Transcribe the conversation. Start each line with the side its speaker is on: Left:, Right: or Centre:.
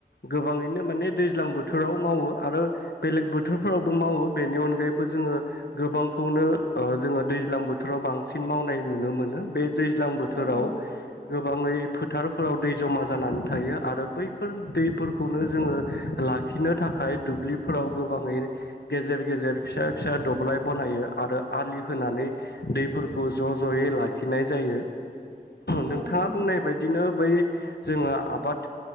Left: गोबाङैनो माने दैज्लां बोथोराव मावो आरो बेलेग बोथोरफोरावबो मावो बेनि अनगायैबो जोङो गोबांखौनो ओ जोङो दैज्लां बोथोराव बांसिन मावनाय नुनो मोनो बे दैज्लां बोथोराव
Right: औ नंगौ
Left: गोबाङै फोथारफोराव दै जमा जानानै थायो आरो बैफोर दैफोरखौनो जोङो लाखिनो थाखाय दुब्लिफोराव गोबाङै गेजेर गेजेर फिसा फिसा दब्लाय बनायो आरो आलि होनानै दैफोरखौ ज' ज'यै लाखिनाय जायो। नोंथाङा
Right: औ नंगौ
Left: बुंनाय बायदिनो बै जोंहा आबाद